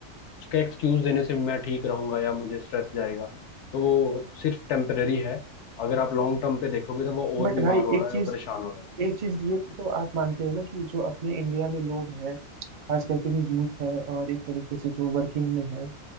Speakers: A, on the left; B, on the right.
A: उसका एक्सक्यूज देने से मैं ठीक रहूंगा या मुझे स्ट्रेस जाएगा तो वो सिर्फ टेम्परेरी है अगर आप लॉन्ग टर्म पे देखोगे तो वो और
B: बट
A: बीमार
B: भाई
A: हो
B: एक
A: रहा है
B: चीज
A: और परेशान हो रहा
B: एक चीज ये तो आप मानते हो ना कि जो अपने इंडिया में लोग हैं खास करके जो यूथ है और एक तरीके से जो वर्किंग में है